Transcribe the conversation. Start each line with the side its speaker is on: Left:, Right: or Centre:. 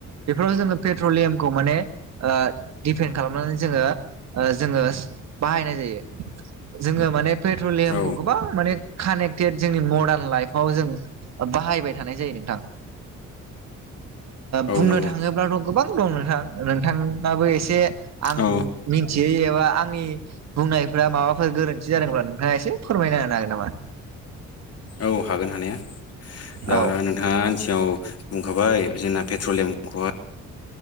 Right: बेफोराव जोङो पेट्रलियामखौ माने दिडफेन्ड खालामनानै जोङो जोङो बाहायनाय जायो। जोङो माने पेट्रलियामखौ
Left: औ
Right: गोबां माने कानेक्टेड जोंनि मडार्न लाइफाव जों बाहायबाय थानाय जायो नोंथां। बुंनो
Left: नंगौ
Right: थाङोब्लाथ' गोबां दं नोंथां नोंथाङाबो एसे आं
Left: औ
Right: मिथियै एबा आंनि बुंनायफोरा माबाफोर गोरोन्थि जादोंब्ला नोंथाङा एसे फोरमायनानै ग नामा?
Left: औ हागोन हानाया दा
Right: औ
Left: नोंथाङा आन सिङाव बुंखाबाय जोंना पेट्रलियामखौहाय